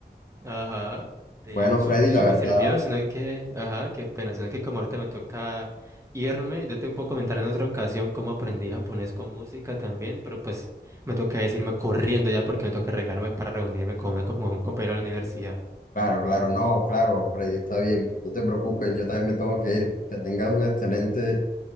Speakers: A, on the right; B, on the left.
A: Ajá. De
B: Bueno,
A: hecho,
B: Freddy,
A: eso
B: la verdad.
A: me sirvió, sino que, ajá, qué pena, sino que como ahorita me toca irme, yo te puedo comentar en otra ocasión cómo aprendí japonés con música también, pero pues me toca decirme corriendo ya porque me toca arreglarme para reunirme con, una co- con un compañero de la universidad.
B: Claro, claro, no, claro, Freddy, está bien, no te preocupes, yo también me tengo que ir. Que tengas un excelente,